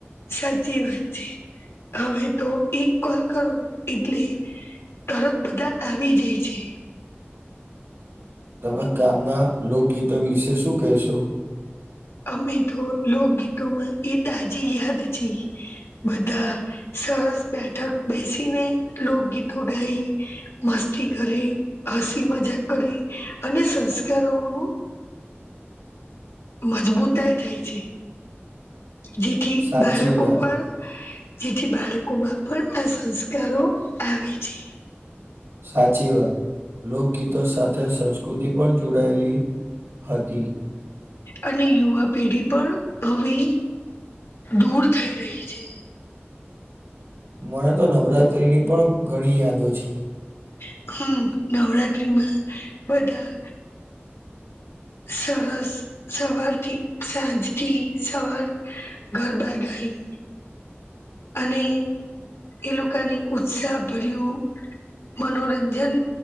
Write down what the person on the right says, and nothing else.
તમે ગામના લોકગીતો વિશે શું કેહેશો?
સાચી
વાત,
સાચી વાત. લોકગીતો સાથે સંસ્કૃતિ પણ જોડાયલી હતી.
મને તો નવરાત્રી ની પણ ઘણી યાદો છે.